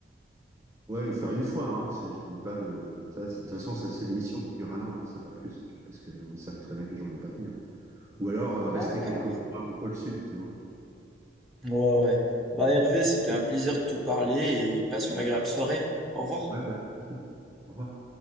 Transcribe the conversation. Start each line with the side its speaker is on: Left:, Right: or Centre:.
Right: ouais, ou faire une fois. Hein, C'est- je dis pas de. ça, c'est- de toute façon, ça, c'est des missions qui durent un an, hein, c'est pas plus. Parce qu'ils savent très bien que les gens ne vont pas tenir. Ou alors euh,
Centre: D'accord.
Right: rester quelques mois au pôle sud, tu vois.
Centre: Ouais, ouais. Bah Hervé, c'était un plaisir de te parler et passe une agréable soirée. Au revoir.
Right: Ouais, bah, au revoir.